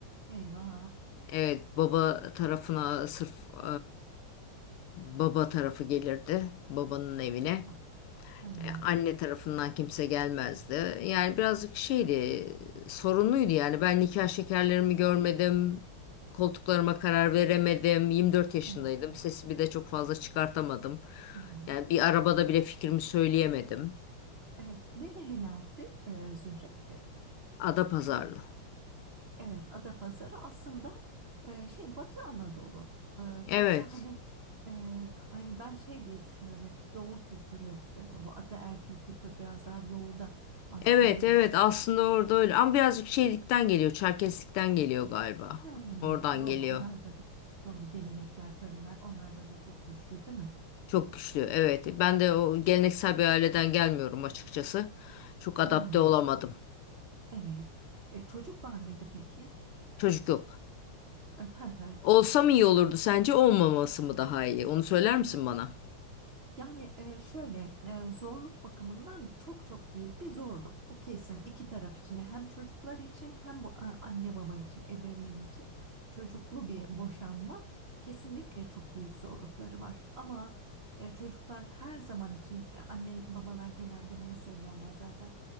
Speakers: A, on the right (about 55°); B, on the left (about 80°).
A: Eyvah.
B: Evet baba tarafına sırf e, baba tarafı gelirdi babanın evine.
A: Eyvah. Ha
B: E,
A: ha.
B: Anne tarafından kimse gelmezdi. Yani birazcık şeydi, sorunluydu yani. Ben nikah şekerlerimi
A: Evet.
B: görmedim. Koltuklarıma karar veremedim. 24 yaşındaydım.
A: Evet. Evet.
B: Sesimi de çok fazla çıkartamadım.
A: Ha ha.
B: Yani bir arabada bile fikrimi söyleyemedim.
A: Evet. Nerelilerdi e, Zühre?
B: Adapazarlı.
A: Evet, Adapazarı aslında e, şey Batı Anadolu. E,
B: Evet.
A: çok da hani e, hani ben şey diye düşünüyorum hep Doğu kültürü e, bu ataerkil kültür biraz daha doğuda baskın
B: Evet,
A: diye
B: evet.
A: düşünüyorum.
B: Aslında orada öyle. Ama birazcık şeylikten geliyor. Çerkeslikten geliyor galiba.
A: Hmm,
B: Oradan
A: o- doğru
B: geliyor.
A: onlar da doğru gelenekler, töreler onlarda da çok güçlü değil mi?
B: Çok güçlü. Evet. Ben de o geleneksel bir aileden gelmiyorum açıkçası. Çok adapte
A: Hı hı,
B: olamadım.
A: Evet. E, çocuk var mıydı peki?
B: Çocuk yok.
A: <laughs> Hı hı.
B: Olsa mı iyi olurdu sence, olmaması mı daha iyi? Onu söyler misin bana?
A: Yani e, şöyle e, zorluk bakımından çok çok büyük bir zorluk. Bu kesim iki taraf için hem çocuklar için hem bu, e, anne baba için, ebeveyn için çocuklu bir boşanma kesinlikle çok büyük zorlukları var. Ama e, çocuklar her zaman için e, anne babalar genelde bunu söylerler zaten.